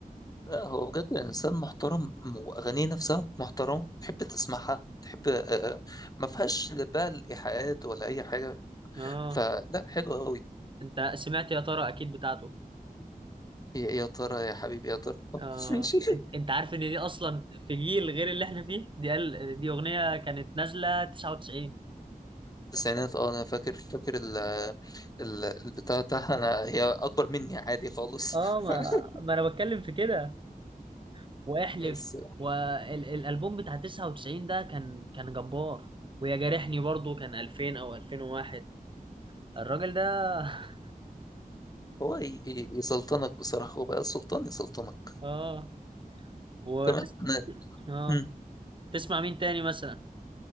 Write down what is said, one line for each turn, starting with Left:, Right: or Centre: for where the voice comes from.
Left: لا هو بجد انسان محترم واغانيه نفسها محترمه تحب تسمعها تحب آه آه، ما فيهاش لا بقى الايحاءات ولا اي حاجه
Right: اه
Left: فلا حلوه قوي
Right: انت سمعت يا ترى اكيد بتاعته
Left: يا يا ترى يا حبيبي يا ترى <laughs>
Right: اه
Left: ماشي
Right: انت أنت عارف ان دي اصلا في جيل غير اللي احنا فيه دي قال دي اغنية كانت نازلة 99
Left: التسعينات اه انا فاكر فاكر ال ال البتاع بتاعها انا هي اكبر مني عادي خالص
Right: اه ما
Left: <laughs>
Right: ما انا بتكلم في كده واحلف
Left: بس
Right: والالبوم بتاع 99 ده كان كان جبار ويا جارحني برضو كان 2000 او 2001 الراجل ده <laughs>
Left: هو ي- ي- يسلطنك بصراحة هو بقى سلطان يسلطنك
Right: اه وتس...
Left: كمان أنا-
Right: اه
Left: مم.
Right: تسمع مين تاني مثلا